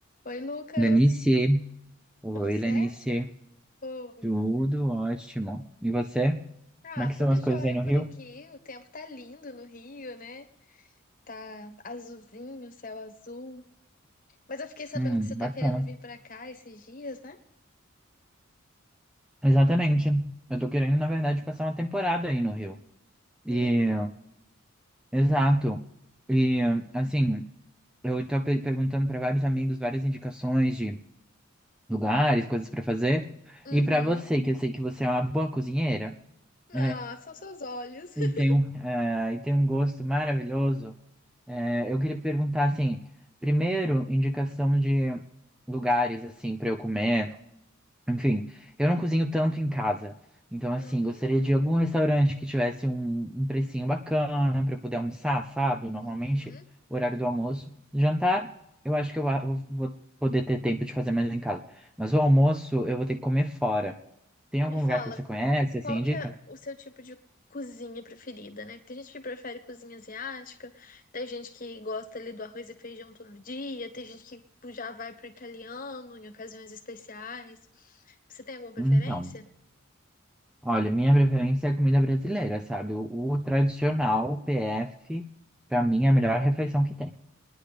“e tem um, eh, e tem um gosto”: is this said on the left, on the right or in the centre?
Centre